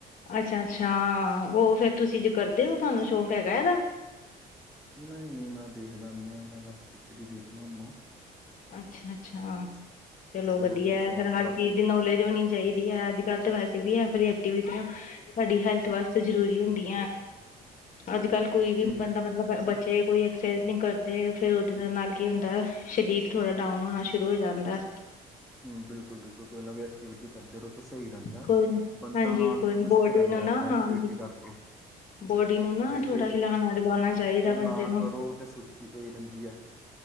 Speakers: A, on the left; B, in the centre.
A: ਅੱਛਾ-ਅੱਛਾ ਉਹ ਫੇਰ ਤੁਸੀਂ ਜੇ ਕਰਦੇ ਹੋ ਤੁਹਾਨੂੰ ਸ਼ੌਂਕ ਹੈਗਾ ਇਹਦਾ?
B: ਨਹੀ-ਨਹੀ ਮੈਂ ਦੇਖਦਾ ਨੀ ਹਾ ਮੈਂ ਬਸ ਕ੍ਰਿਕਟ ਹੀ ਦੇਖਣਾ ਹੁੰਦਾ।
A: ਅੱਛਾ-ਅੱਛਾ ਚਲੋ
B: ਹਾਂਜੀ
A: ਵਧੀਆ
B: ਉਹਦਾ ਹੀ ਸ਼ੌਕ
A: ਫੇਰ ਹਰ
B: ਹੈ ਬਾਕੀ
A: ਚੀਜ਼ ਦੀ ਨੌਲੇਜ ਹੋਣੀ ਚਾਹੀਦੀ ਹੈ ਅੱਜ ਕੱਲ ਤੇ ਵੈਸੇ ਵੀ <unintelligible> ਐਕਟੀਵਿਟੀਆਂ ਸਾਡੀ ਹੈਲਥ ਵਾਸਤੇ ਜਰੂਰੀ ਹੁੰਦੀ ਅੱਜ ਕੱਲ ਕੋਈ ਵੀ
B: ਜੀ
A: ਬੰਦਾ ਮਲ ਤਲਬ ਬੱਚੇ
B: ਬਿਲ-
A: ਕੋਈ ਐਕਸਰਸਾਈਜ਼ ਨੀ ਕਰਦੇ ਫੇਿਰ ਉਹਦੇ ਨਾਲ ਕੀ ਹੁੰਦਾ ਸਰੀਰ ਥੋੜਾ ਡਾਊਨ ਹੋਣਾ ਸ਼ੁਰੂ ਹੋ ਜਾਂਦਾ।
B: ਹੁ ਬਿਲਕੁਲ-ਬਿਲਕੁਲ ਕੋਈ ਨਾ ਐਕਟੀਵਿਟੀ ਕਰਦੇ ਰਹੋ ਤੇ ਸਹੀ ਰਹਿੰਦਾ
A: ਕੋਈ ਨੀ-
B: ਬੰਦਾ
A: ਹਾਂਜੀ
B: ਨਾਲ
A: ਕੋਈ
B: ਚੁਸਤ
A: ਬੋਡੀ
B: ਰਹਿੰਦਾ
A: ਨੂੰ ਨਾ
B: ਇਦਾ
A: ਹਾਂਜੀ
B: ਐਕਟੀਵਿਟੀ ਕਰਕੇ।
A: ਬੋਡੀ ਨੂੰ ਨਾ
B: ਨਹੀਂ
A: ਥੋੜ੍ਹਾ
B: ਤੇ
A: ਹਿਲਾਣਾ ਡੁਲਾਉਣਾ ਚਾਹੀਦਾ
B: ਜੇ
A: ਬੰਦੇ
B: ਨਾ
A: ਨੂੰ
B: ਕਰੋ ਤਾਂ ਸੁਸਤੀ ਪਈ ਰਹਿੰਦੀ ਹੈ।